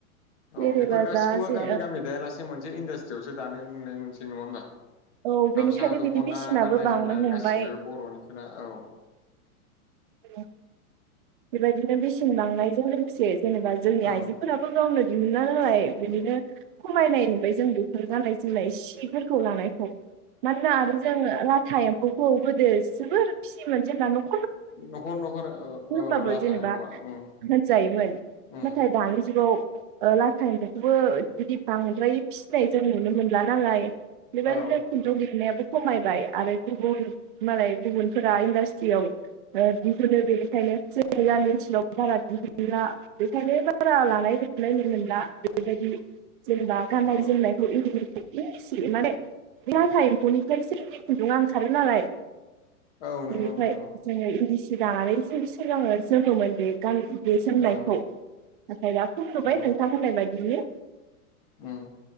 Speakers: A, on the left; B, on the right.
A: औ
B: जेनेबा
A: बेफोर गासिखौबो
B: दा जे
A: गामि गामि दायालासेनो मोनसे इन्डास्ट्रियावसो दानाय नुनाय मोनसै नङा होमबा?
B: औ बेनिखायनो
A: गामसा दख'ना
B: बिनि बेसेनाबो
A: गाननाय
B: बांनो
A: जोमनाय
B: हमबाय
A: गासिबो बर'निफोरा औ
B: ङ बेबायदिनो बेसेन बांनायजों लोगोसेस जेनेबा जोंनि
A: औ
B: आइजोफोराबो गावनो दिहुन्ना होलाय बिदिनो खमायनाय नुबाय जोंबो। फोर गाननाय जोमनाय सिफोरखौ लानाय औ मानोना आरो जो जोङो लाथा एम्फौखौ गोदो जोबोर फिसियोमोन जेनबा न'ख
A: न'खर न'खर ओ ओ
B: बाबो
A: लाथा
B: जेनेबा
A: एम्फौआ उम
B: होनजायोमोन
A: उम
B: नाथाय दानि जुगाव ओ लाथा एम्फौखोबो बिदि बांद्राय फिसिनाय जों नुनो मोनला नालाय बेबायदिनो
A: औ
B: खुन्दुं लूनायाबो खमायबाय आरो गुबुन मालाय गुबुनफोरा इन्डास्ट्रियाव ओ दिहुनो बेनिखायनो गामि ओनसोलावबो बारा दिहुनला खायनो बारा लानायखौलायनो मोनला बेबायदि जेनेबा गाननाय
A: औ
B: जोमनायखौ इ एसे माने बे लाथा एम्फौनिफ्रायसो खुन्दुंआ ओंखारो नालाय
A: अ औ नंगौ
B: बिनिफाय
A: नोंथां औ
B: जोङो इ जानानै बिसोर सिगां जोमगौमोन बे गान बे जोमनायखौ
A: औ
B: नाथाय दा फथ'बाय
A: औ
B: नोंथा होनाय बायदिनि
A: उम